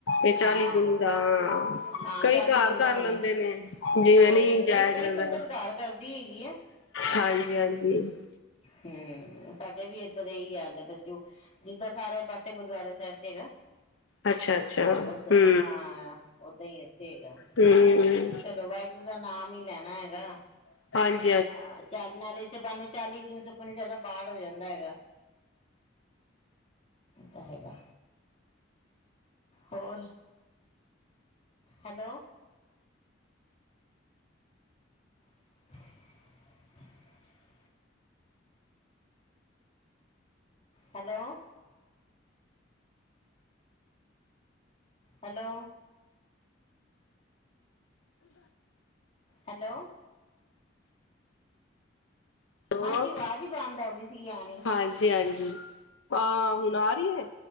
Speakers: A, on the left; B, on the left.
A: ਇਹ ਚਾਲੀ
B: ਹਾਂ
A: ਦਿਨ ਦਾ,
B: ਹਾਂ
A: ਕਈ
B: ਚਾਲੀ
A: ਘਰ
B: ਦਿਨ
A: ਕਰ
B: ਦਾ ਹੁੰਦਾ।
A: ਲੈਂਦੇ ਨੇ, ਜਿਵੇਂ
B: ਹਾਂਜੀ
A: ਨਹੀਂ ਜਾਇਆ
B: ਕਈ
A: ਜਾਂਦਾ।
B: ਕਈ ਸੰਗਤ ਘਰ ਕਰਦੀ ਹੈਗੀ, ਐਂ।
A: ਹਾਂਜੀ- ਹਾਂਜੀ।
B: ਹੂੰ, ਸਾਡੇ ਵੀ ਇਧਰ ਇਹੀ ਹਾਲ ਹੈ। ਜੋ ਜਿੱਦਾਂ ਸਾਰੇ ਪਾਸੇ, ਗੁਰਦੁਆਰੇ ਸਾਹਿਬ ਚ ਹੈਗਾ।
A: ਅੱਛਾ- ਅੱਛਾ,
B: ਓਦਾਂ
A: ਹੂੰ,
B: ਹਾਂ ਓਦਾਂ ਹੀ ਇੱਥੇ ਹੈਗਾ।
A: ਹੂੰ।
B: ਚਲੋ ਵਾਹਿਗੁਰੂ, ਦਾ ਨਾਮ ਹੀ ਲੈਣਾ ਹੈਗਾ।
A: ਹਾਏ
B: ਆਹ, ਚਾਲ ਨਾਲੇ ਇਸੇ ਬਾਨੇ ਚਾਲੀ ਦਿਨ ਸੁਖਮਨੀ ਸਾਹਿਬ ਦਾ, ਪਾਠ ਹੋ ਜਾਂਦਾ ਹੈਗਾ। ਉਹ ਤਾਂ ਹੈਗਾ। ਹੋਰ, ਹੈਲੋ। <unintelligible> Hello hello, hello.
A: ਹੋਰ,
B: ਹਾਂਜੀ ਆਵਾਜ਼ ਹੀ ਬੰਦ ਹੋ ਗਈ ਸੀ ਆਣੀ
A: ਹਾਂਜੀ- ਹਾਂਜੀ। ਹਾਂ, ਹੁਣ ਆ ਰਹੀ ਹੈ।